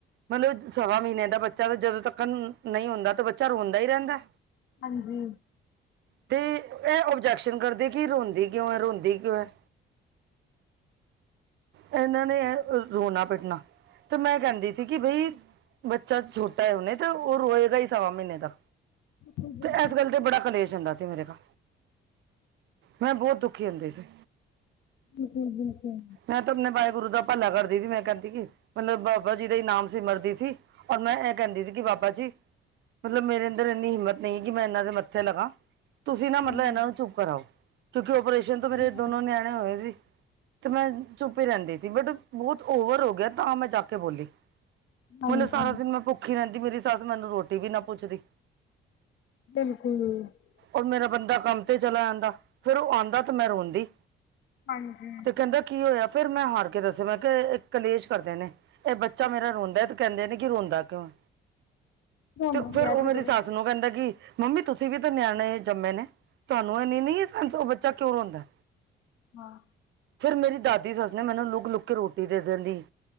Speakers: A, on the right (about 65°); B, on the left (about 75°).
A: ਮਤਲਬ ਸਵਾ ਮਹੀਨਿਆਂ ਦਾ ਬੱਚਾ ਤਾਂ ਜਦੋਂ ਤੱਕਨ ਨਹੀਂ ਹੁੰਦਾ ਤਾਂ ਬੱਚਾ ਰੋਂਦਾ ਹੀ ਰਹਿੰਦਾ?
B: ਹਾਂਜੀ।
A: ਅਤੇ ਇਹ ਓਬਜੈਕਸ਼ਨ ਕਰਦੇ ਕਿ ਰੋਂਦੀ ਕਿਉਂ ਹੈ ਰੋਂਦੀ ਕਿਉਂ ਹੈ। ਇਹਨਾਂ ਨੇ ਰੋਣਾ ਪਿੱਟਣਾ ਤੇ ਮੈਂ ਕਹਿੰਦੀ ਸੀ ਕਿ ਬਈ ਬੱਚਾ ਛੋਟਾ ਹੈ ਉਹਨੇ ਤਾਂ ਉਹ ਰੇਏਗਾ ਹੀ। ਸਵਾ ਮਹੀਨੇ ਦਾ
B: ਬਿਲਕੁਲ
A: ਤੇ ਇਸ ਗੱਲ ਤੇ ਬੜਾ ਕਲੇਸ਼ ਹੁੰਦਾ ਸੀ ਮੇਰੇ ਘਰ। ਮੈਂ ਬਹੁਤ ਦੁਖੀ ਹੁੰਦੀ ਸੀ।
B: ਹਮ ਹਮ ਹਮ ਹਮ।
A: ਮੈਂ ਤਾਂ ਆਪਣੇ ਵਾਹਿਗੁਰੂ ਦਾ ਭਲਾ ਕਰਦੀ ਸੀ ਮੈਂ ਕਹਿੰਦੀ ਕਿ ਮਤਲਬ ਬਾਬਾ ਜੀ ਦਾ ਨਾਮ ਹੀ ਸਿਮਰਦੀ ਸੀ। ਔਰ ਮੈਂ ਇਹ ਕਹਿੰਦੀ ਸੀ ਕਿ ਬਾਬਾ ਜੀ ਮਤਲਬ ਮੇਰੇ ਅੰਦਰ ਇੰਨੀ ਹਿੰਮਤ ਨਹੀਂ ਕਿ ਮੈਂ ਇਹਨਾਂ ਦੇ ਮੱਥੇ ਲਗਾ। ਤੁਸੀਂ
B: ਸਹੀ
A: ਨਾ ਮਤਲਬ ਇਹਨਾਂ
B: ਗੱਲ
A: ਨੂੰ ਚੁੱਪ ਕਰਾਓ ਕਿਉਂਕਿ ਓਪਰੇਸ਼ਨ ਤੋਂ
B: ਸਹੀ
A: ਮੇਰੇ
B: ਗੱਲ
A: ਦੋਨੋ ਨਿਆਣੇ ਹੋਏ ਸੀ ਤੇ ਮੈਂ ਚੁੱਪ ਹੀ ਰਹਿੰਦੀ ਸੀ ਬਟ ਬਹੁਤ ਓਵਰ ਹੋ ਗਿਆ ਤਾਂ ਮੈਂ ਜਾ ਕੇ ਬੋਲੀ।
B: ਹਾਂਜੀ
A: ਮਤਲਬ ਸਾਰਾ ਦਿਨ ਮੈਂ ਭੁੱਖੀ ਰਹਿੰਦੀ ਮੇਰੀ ਸੱਸ ਮੈਨੂੰ ਰੋਟੀ ਵੀ ਨਾ ਪੁੱਛਦੀ
B: ਬਿਲਕੁਲ
A: ਰ ਮੇਰਾ ਬੰਦਾ ਕੰਮ ਤੇ ਚਲਾ ਜਾਂਦਾ ਫੇਿਰ ਉਹ ਆਉਂਦਾ ਤੇ ਮੈਂ ਰੋਂਦੀ
B: ਹਾਂਜੀ
A: ਤੇ ਕਹਿੰਦਾ ਕੀ ਹੋਇਆ ਫਿਰ ਮੈਂ ਹਾਰ ਕੇ ਦੱਸਿਆ ਮੈਂ ਕਿ ਕਲੇਸ਼ ਕਰਦੇ ਨੇ ਇਹ ਬੱਚਾ ਮੇਰਾ ਰੋਂਦਾ ਤੇ ਕਹਿੰਦੇ ਨੇ ਕਿ ਰੋਂਦਾ ਕਿਉਂ?
B: ਹੁੰਦੀ
A: ਤੇ ਫਿਰ
B: ਹੈ
A: ਉਹ
B: ਥੋੜੇ
A: ਮੇਰੀ
B: ਬਹੁਤੇ
A: ਸੱਸ ਨੂੰ ਕਹਿੰਦਾ ਕਿ ਮੰਮੀ ਤੁਸੀਂ ਵੀ ਤਾਂ ਨਿਆਣੇ ਜੰਮੇ ਨੇ, ਤੁਹਾਨੂੰ ਇਹਨੀ ਨੀ ਸੈੰਸ ਬੱਚਾ ਕਿਉਂ ਰੋਂਦਾ
B: ਹਾਂ।
A: ਫੇਰ ਮੇਰੀ ਦਾਦੀ ਸੱਸ ਨੇ ਮੈਨੂੰ ਲੁਕ- ਲੁੱਕ ਕੇ ਰੋਟੀ ਦੇ ਦਿੰਦੀ।